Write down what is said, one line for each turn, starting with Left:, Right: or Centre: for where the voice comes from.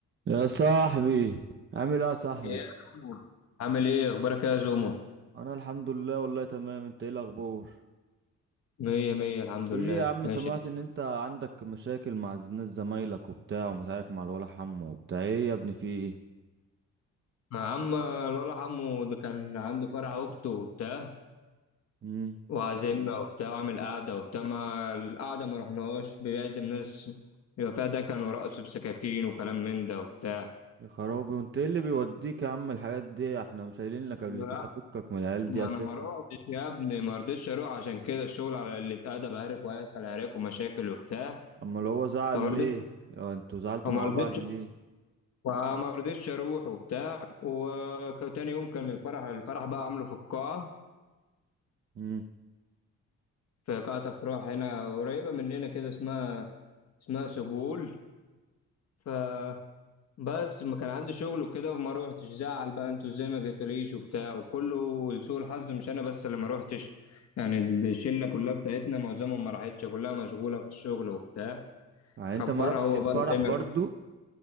Right: يا صاحبي عامل ايه يا صاحبي
Left: يا جومو عامل ايه اخبارك إيه يا جومو
Right: انا الحمد لله والله تمام انت ايه الاخبار
Left: مية مية الحمد
Right: ايه
Left: لله
Right: يا عم
Left: ماشي
Right: سمعت ان انت عندك مشاكل مع ز- ناس زمايلك وبتاع ومشاكل مع الولا حمو وبتاع ايه يا ابني في ايه
Left: عم الولا عمو ده كان عنده فرح اخته وبتاع
Right: امم
Left: وعزمنا وبتاع وعمل قعدة وبتاع ما القعدة ما رحناهوش بيعزم ناس يبقى فيها دكن ورقص بسكاكين وكلام من ده وبتاع
Right: يا خرابي وانت ايه اللي بيوديك يا عم الحاجات دي احنا مش قايلين لك قبل
Left: لا
Right: كده فكك من العيال دي
Left: ما
Right: اساسا
Left: انا ما روحتش يا ابني ما رضيتش اروح عشان كده الشغل على اللي اتقدم عارف وهيحصل عراك ومشاكل وبتاع
Right: اما لو هو زعل
Left: فما رضيتش
Right: ليه اه انتوا زعلتوا
Left: فما
Right: مع
Left: رضيتش
Right: بعض ليه
Left: فما رضيتش اروح وبتاع وتاني يوم كان الفرح الفرح بقى عامله في القاعه
Right: امم
Left: في قاعه افراح هنا قريبه مننا كده اسمها اسمها سجول فبس ما كان عندي شغل وكده وما روحتش زعل بقى انتوا ازاي ما جيتوليش وبتاع وكله لسوء الحظ مش انا بس اللي ما روحتش يعني الشله كلها بتاعتنا معظمهم ما راحتش كلها مشغوله في الشغل وبتاع
Right: يعني انت
Left: كبرها
Right: ما رحتش
Left: هو
Right: الفرح
Left: بقى زي ما
Right: برضو